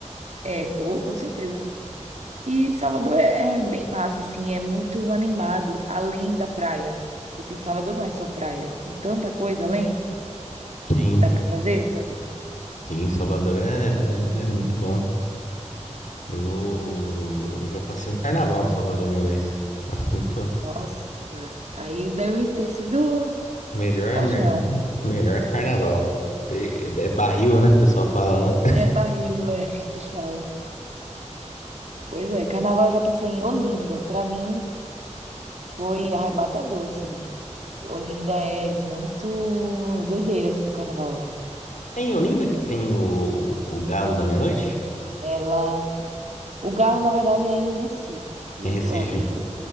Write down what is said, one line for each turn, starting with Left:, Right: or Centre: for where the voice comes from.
Right: É, ou com certeza. E Salvador é, é bem massa, assim, é muito animado, além da praia. Tipo assim, Salvador não é só praia, tem tanta coisa além,
Left: Sim,
Right: dá pra fazer, sabe?
Left: sim, Salvador é, é muito bom. Eu já passei um carnaval em Salvador uma vez. Nossa, muito
Right: Nossa, aí deve ter sido
Left: melhor,
Right: rojão,
Left: melhor, melhor carnaval. E- É, é barril, né? O pessoal fala lá.
Right: né? Barril, é, que fala. Pois é, carnaval eu já passei em Olinda. Pra mim foi arrebatador, assim. Olinda é muito. É doideira, assim, o carnaval lá.
Left: É em Olinda que tem o, o Galo da Meia-Noite?
Right: Ela. O Galo, na verdade, é em Recife, que
Left: Em
Right: é
Left: Recife?
Right: do lado de.